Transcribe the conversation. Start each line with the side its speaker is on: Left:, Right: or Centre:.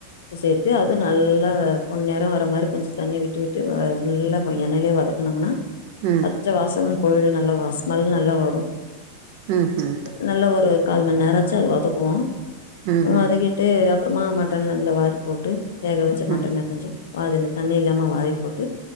Left: சேத்து அது நல்லா பொண்நெரோ வர மாரி கொஞ்சோ தண்ணி விட்டு விட்டு வ நல்ல வ எண்ணைய்லே வத கனம்னா
Right: ம்
Left: பச்ச வாசமு போய்டு நல்லா வாஸ் ஸ்மெல் நல்லா வரு
Right: ம்ஹும்
Left: நல்ல ஒரு கால் மண் நேராச்சு அது வதக்குவோ
Right: ம்ஹும்
Left: வதக்கி ட்டு அப்பறமா மட்டன் அதுல வாரி போட்டு வேக வச்ச மட்டன
Right: ம்
Left: கொஞ்சோ அதுல தண்ணி இல்லாம வாய் போட்டு